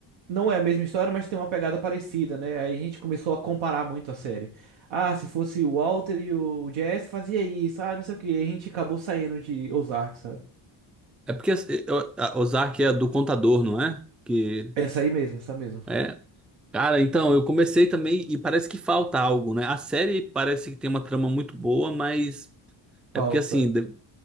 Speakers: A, on the right (about 80°); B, in the centre.
A: Não é a mesma história, mas tem uma pegada parecida, né? Aí a gente começou a comparar muito a série. Ah, se fosse o Walter e o Jesse fazia isso, ah, não sei o quê. Aí A gente acabou saindo de Ozark, sabe?
B: É porque as- eu- a- Ozark é do contador, não é? Que
A: Essa aí mesmo, essa mesmo.
B: é. Cara, então, eu comecei também e parece que falta algo, né? A série parece que tem uma trama muito boa, mas
A: Falta.
B: é porque assim, de- n-